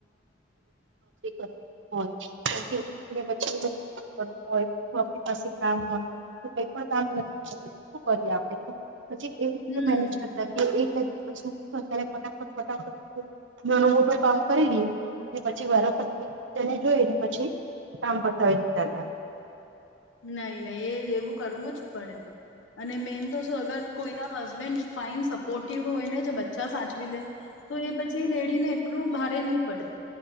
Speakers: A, on the right; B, on the left.
A: <unintelligible> <inaudible> આપ પાસે કામ હોય કઈ પણ કામ નથી શું કરી આપે તો પછી એવી રીતે
B: હમ
A: મેનેજ કરતા કે એક જ <unintelligible> ફટાફટ ફટાફટ ને મોટું કામ કયરી પછી વારાફરતી. તેને જોઈને પછી કામ પતાવી દેતા હતા.
B: નહી નહી એ જેવું કરવું જ પડે અને મેન તો શું અગર કોઈના હસબેન્ડ ફાઈન સપોર્ટિવ હોયને જે બચ્ચા સાચવી લે તો એ પછી લેડીને એટલું ભારે નહી પડે